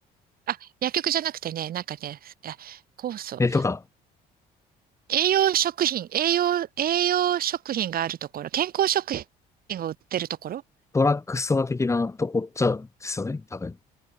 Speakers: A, on the right; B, on the left.
A: あ、薬局じゃなくてね、なんかね、いや、酵素。
B: え、とか、
A: 栄養食品、栄養、栄養食品があるところ、健康食品を売ってるところ。
B: ドラッグストア的なとこっちゃですよね、多分。